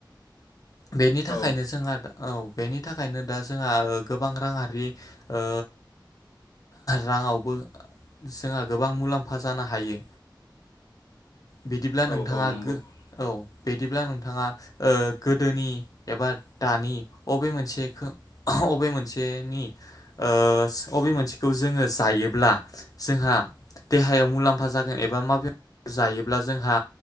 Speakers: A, on the left (about 50°); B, on the left (about 70°).
A: बेनि थाखायनो
B: औ
A: जोंहा औ बेनि थाखायनो दा जोंहा ओ गोबां रांङा ओ राङावबो जोंहा गोबां मुलाम्फा जानो हायो बिदिब्ला
B: औ
A: नोंथाङा
B: औ नंगौ
A: <unintelligible> औ बिदिब्ला नोंथाङा ओ गोदोनि एबा दानि अबे मोनसेखौ अबे मोनसे नि ओ अबे मोनसेखौ जोङो जायोब्ला जोंहा देहायाव मुलाम्फा जागोन एबा मा बेमार जायोब्ला जोंहा